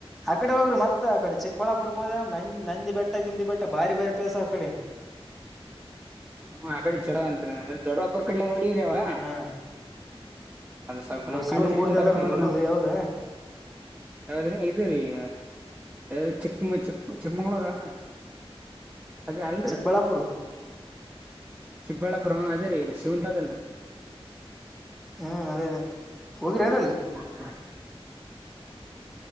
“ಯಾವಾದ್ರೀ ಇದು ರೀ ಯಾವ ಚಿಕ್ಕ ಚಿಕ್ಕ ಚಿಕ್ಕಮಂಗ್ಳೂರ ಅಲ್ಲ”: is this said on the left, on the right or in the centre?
Right